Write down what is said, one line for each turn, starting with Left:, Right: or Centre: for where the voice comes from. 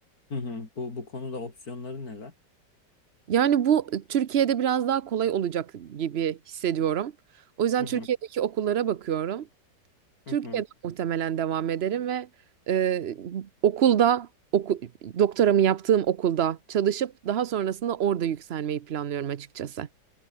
Left: Hı hı. Bu bu konuda opsiyonları neler?
Right: Yani bu Türkiye'de biraz daha kolay olacak gibi hissediyorum. O yüzden
Left: Hı hı.
Right: Türkiye'deki okullara bakıyorum.
Left: Hı
Right: Türkiye'de
Left: hı.
Right: muhtemelen devam ederim ve e, okulda oku, doktoramı yaptığım okulda çalışıp daha sonrasında orada yükselmeyi planlıyorum açıkçası.